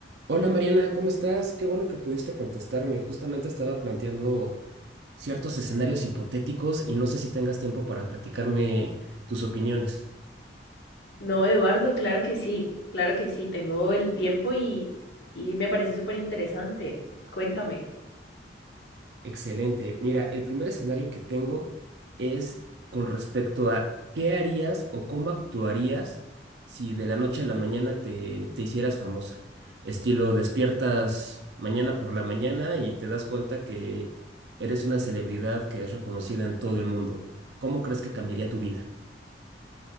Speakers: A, on the right; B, on the left.
A: Hola Mariana, ¿cómo estás? Qué bueno que pudiste contestarme. Justamente estaba planteando ciertos escenarios hipotéticos y no sé si tengas tiempo para platicarme tus opiniones.
B: No, Eduardo, claro que sí, claro que sí, tengo el tiempo y, y me parece súper interesante. Cuéntame.
A: Excelente. Mira, el primer escenario que tengo es con respecto a qué harías o cómo actuarías si de la noche a la mañana te, te hicieras famosa. Estilo, despiertas mañana por la mañana y te das cuenta que eres una celebridad que es reconocida en todo el mundo. ¿Cómo crees que cambiaría tu vida?